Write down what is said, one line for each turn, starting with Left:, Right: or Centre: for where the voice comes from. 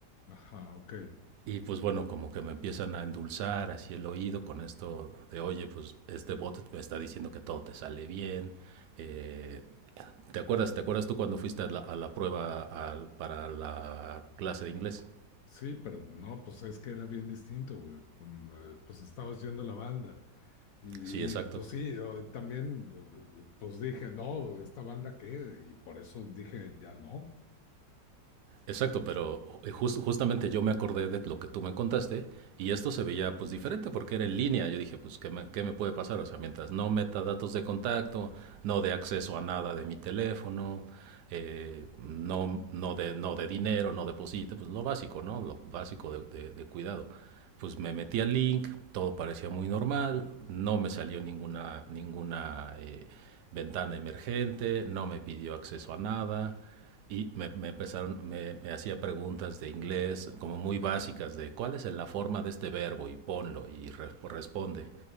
Left: Ajá, ok.
Right: Y pues bueno, como que me empiezan a endulzar así el oído con esto de, oye, pues este bot me está diciendo que todo te sale bien. Eh, ¿te acuerdas, te acuerdas tú cuando fuiste a la, a la prueba al- para la clase de inglés?
Left: Sí, pero no, pues es que era bien distinto, güey. Pum, eh, Pues estabas yendo a la banda. Y,
Right: Sí, exacto.
Left: y, pues sí, o- también, eh, pues dije, no, ¿esta banda qué? Y por eso dije, ya no.
Right: Exacto, pero eh, jus- justamente yo me acordé de lo que tú me contaste y esto se veía pues diferente porque era en línea. Yo dije, pues, ¿qué me, qué me puede pasar? O sea, mientras no meta datos de contacto, no de acceso a nada de mi teléfono, eh, no, no, de, no de dinero, no deposite, pues lo básico, ¿no? Lo básico de, de- de cuidado. Pues me metí al link, todo parecía muy normal, no me salió ninguna, ninguna eh, ventana emergente, no me pidió acceso a nada y me, me empezaron, me, me hacía preguntas de inglés como muy básicas de cuál es la forma de este verbo y ponlo y re- responde.